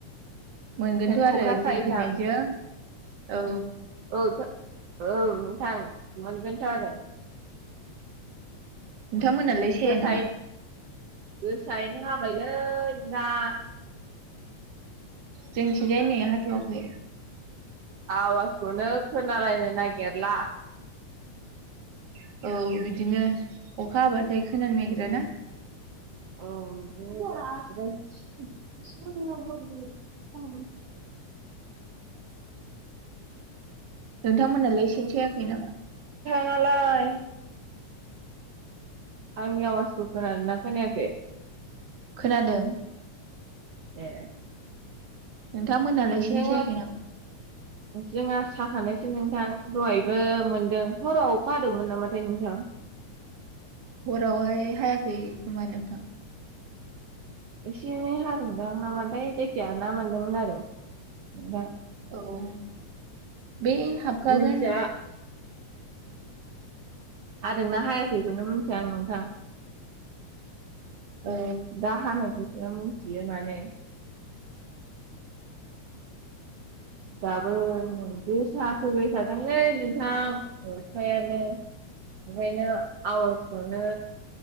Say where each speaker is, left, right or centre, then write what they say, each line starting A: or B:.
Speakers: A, on the right; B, on the right.
A: मोनगोनथ'
B: सेन
A: आरो
B: ख'खा
A: दै
B: साहैथां
A: फैनायजों औ
B: औ औ नोंथां मोनगोनथ' आरो
A: नोंथांमोनालाय साया
B: गोसायै
A: नामा?
B: गोसायैनो हाबायलै नोंथां
A: जोंनिथिंजाय नै हाथ'वाखै
B: आवाजखौनो खोनालायनो नागिरला
A: <inaudible> औ बिदिनो अखा हाबाथाय खोनानो नागिरा ना
B: अ <inaudible>
A: <inaudible> नोंथांमोनहालाय सेन सायाखै नामा?
B: मालाय आंनि आवाजखौ खोनादोंना खोनायाखै?
A: खोनादों
B: ए
A: नोंथांमोनालाय
B: नोंथांङा
A: सेन सायाखै नामा?
B: जोंहा साखानायसो नोंथां दहायबो मोनदों। हराव अखा हादोंमोन नामाथाय नोंथां?
A: हरावहाय हायाखै खोमा नोंथां
B: एसे एनै हादोंदां नामाथाय जायखिाया ना मोनदोंमोन आरो नोंथां
A: औ बे हाबखागोन
B: मिथिया हादोंना हायाखैखौनो मिथिया आं नोंथां
A: औ
B: दा हानायखौसो मिथियो माने दाबो मोनदे गोसा फैबाय थादोंलै नोंथां अखायानो ओंखायनो आवाजखौनो